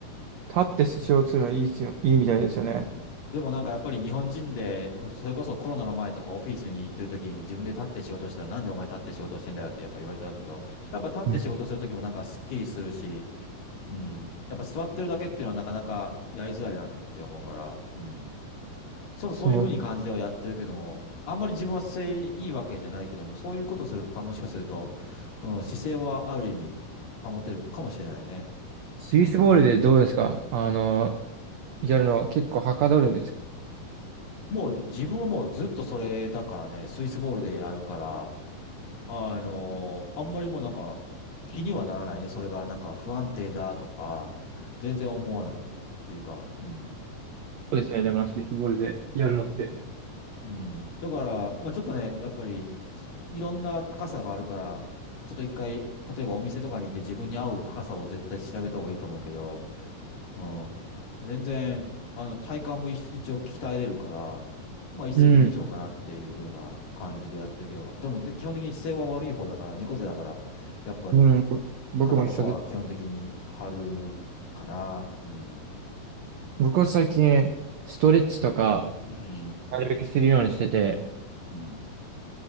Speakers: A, on the right; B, on the left.
A: 立ってスシをするのいいっすよ、いいみたいですよね。
B: うんでもなんかやっぱり日本人で、おそれこそコロナの前とかオフィスに行ってる時に自分で立って仕事したらなんでお前立って仕事してんだよってやっぱ言われたけど、やっぱ立って仕事する時もなんかスッキリするし、
A: ね
B: うん。やっぱ座ってるだけっていうのはなかなかやりづらいなって思うから、うん。そう、
A: そう。
B: そういうふうに感じではやってるけども、あんまり自分は姿勢いいわけじゃないけども、そういうことすると、たもしかすると、うん、姿勢はある意味保てるかもしれないね。
A: スイスボールでどうですかあの、やるのは結構はかどるんですか
B: もう自分はもうずっとそれだからね、スイスボールでやるから、あの、あんまりもうなんか気にはならないね。それがなんか不安定だとか、全然思わないっていうか、うん。
A: そうですね、でもなスイスボールでやるのって。
B: うん。だから、まあちょっとね、やっぱりいろんな高さがあるから、ちょっと一回、例えばお店とかに行って自分に合う高さを絶対調べた方がいいと思うけど、うん。全然、あの、体幹も一一応鍛えれるから、まあ一石二鳥かなっていう風な感じでやってるけど、
A: うん。
B: でもで基本的に姿勢は悪い方だから、猫背だから、やっぱり、
A: うん、僕も一緒です。
B: 肩とかは基本的に貼るかな。うん。
A: 僕は最近、ストレッチとか、
B: うん。
A: なるべくするようにしてて、
B: うん。